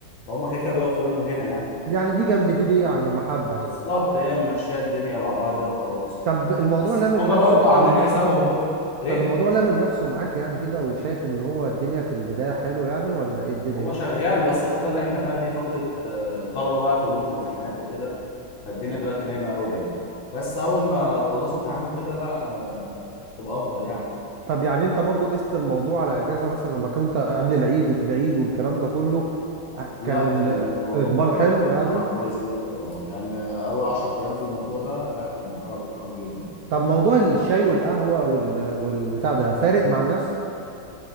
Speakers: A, on the left (about 80°); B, on the right (about 70°).
A: فهم كده كده بيقفوا هنا وهنا يعني
B: يعني دي جنب دي دي يعني ومحبة يعني
A: بالظبط هي ماشيه الدنيا بعضها كده وخلاص
B: طب الموضوع
A: بس
B: لامم
A: هم
B: نفسه
A: برضو
B: كده
A: عاملين
B: وماشي
A: حسابهم برضو ايه
B: طب الموضوع لامم نفسه معاك يعني كده وشايف ان هو الدنيا في البداية حلو يعني ولا ايه الدنيا
A: هو شغال بس الفتره اللي احنا فيها دي فتره آه، طلبه بقى كلهم في امتحانات وكده فالدنيا دلوقتي نايمه قوي يعني بس اول ما تخلصوا امتحانات وكده لا آه، تبقى افضل يعني
B: طب يعني انت برضو قست الموضوع على اجازة مثلا لما كنت قبل العيد وفي العيد والكلام ده كله أ-
A: لا
B: كان
A: كان الموضوع
B: الاقبال حلو يعني
A: بصراحه كويس جدا اه يعني اول 10 ايام في الموضوع ده لا كانوا حاجه محترمه جدا يعني.
B: طب موضوع الشاي والقهوة وال... والبتاع ده فارق مع الناس